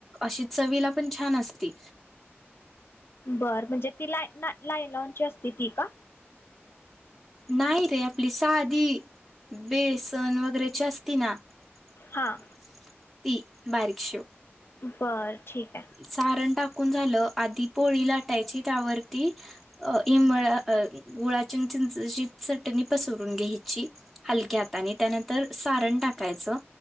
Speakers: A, in the centre; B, on the left (about 60°).
A: अशी चवीला पण छान असती.
B: बरं म्हणजे ती ला ना लायलॉनची असते ती का?
A: नाही रे आपली साधी बेसन वगैरेची असती ना हो.
B: हा
A: ती बारीक शेव.
B: बरं ठीक. आहे
A: सारण टाकून झालं आधी पोळी लाटायची त्यावरती इमळा गुळा चिं चिंचाची चटणी पसरून घ्यायची हलक्या हाताने त्यानंतर सारण टाकायचं